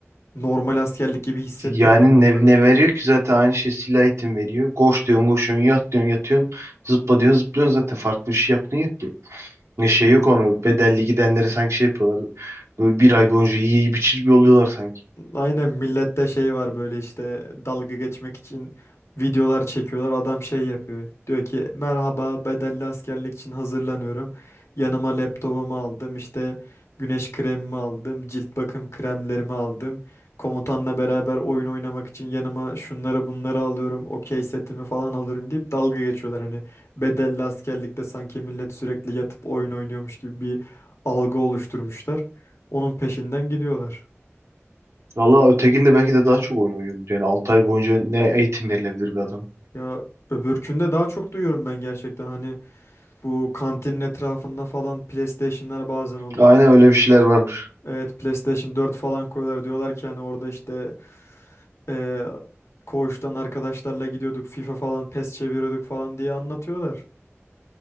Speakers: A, on the left; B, on the right.
A: normal askerlik gibi hissettirmiyor
B: Yani
A: mu
B: ne,
A: o kadar?
B: ne veriyor ki zaten aynı şey silah eğitim veriyor. Koş diyorsun koşuyorsun yat diyorsun yatıyorsun zıpla diyorsun zıplıyorsun zaten farklı bir şey yaptığın yok ki. Ne şey yok onu bedelli gidenleri sanki şey yapıyorlar. Böyle bir ay boyunca yiyip içir bir oluyorlar sanki.
A: Aynen millette şey var böyle işte dalga geçmek için videolar çekiyorlar. Adam şey yapıyor. Diyor ki merhaba bedelli askerlik için hazırlanıyorum. Yanıma laptopumu aldım işte güneş kremimi aldım. Cilt bakım kremlerimi aldım. Komutanla beraber oyun oynamak için yanıma şunları bunları alıyorum. Okey setimi falan alırım deyip dalga geçiyorlar. Hani bedelli askerlikte sanki millet sürekli yatıp oyun oynuyormuş gibi bir algı oluşturmuşlar. Onun peşinden gidiyorlar.
B: Valla ötekinde belki de daha çok oyun oynuyordur. Yani 6 ay boyunca ne eğitim verilebilir bir adam.
A: Ya öbürkünde daha çok duyuyorum ben gerçekten hani bu kantinin etrafında falan PlayStation'lar bazen oluyor.
B: Aynen öyle bir şeyler varmış.
A: Evet PlayStation 4 falan koyuyorlar diyorlar ki hani orada işte eee koğuştan arkadaşlarla gidiyorduk FIFA falan PES çeviriyorduk falan diye anlatıyorlar.